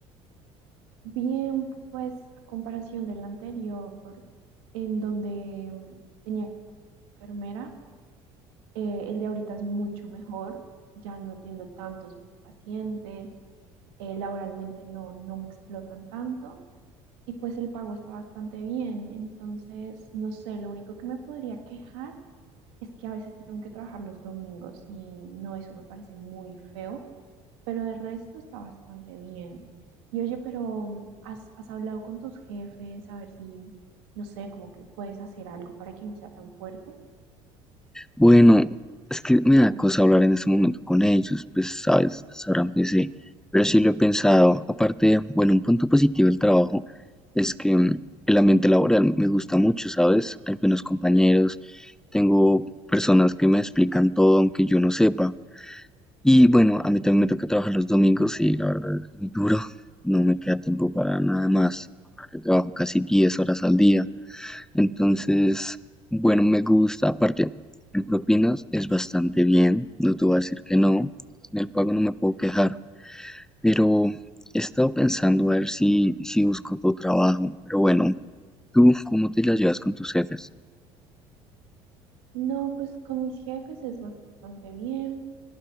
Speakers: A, on the right (about 80°); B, in the centre.
A: Bien, pues a comparación del anterior, en donde mm, tenía enfermera, eh, el de ahorita es mucho mejor, ya no atiendo tantos pacientes, eh, laboralmente no, no me explotan tanto y pues el pago está bastante bien, entonces, no sé, lo único que me podría quejar Es que a veces tengo que trabajar los domingos y no, eso me parece muy feo, pero de resto está bastante bien. Y oye, pero mm, ¿has, has hablado con tus jefes a ver si, no sé, como que puedes hacer algo para que no sea tan fuerte?
B: Bueno, es que me da cosa hablar en este momento con ellos, pues sabes, sabrán ahora empecé, pero sí lo he pensado. Aparte, bueno, un punto positivo del trabajo es que mm, el ambiente laboral me gusta mucho, ¿sabes? Hay buenos compañeros, tengo personas que me explican todo aunque yo no sepa. Y bueno, a mí también me toca trabajar los domingos y la verdad es muy duro, no me queda tiempo para nada más. Aparte, Trabajo casi 10 horas al día. Entonces, bueno, me gusta. Aparte, en propinas es bastante bien, no te voy a decir que no. En el pago no me puedo quejar. Pero he estado pensando a ver si, si busco otro trabajo. Pero bueno, ¿tú cómo te la llevas con tus jefes?
A: No, pues con mis jefes es bastante bien.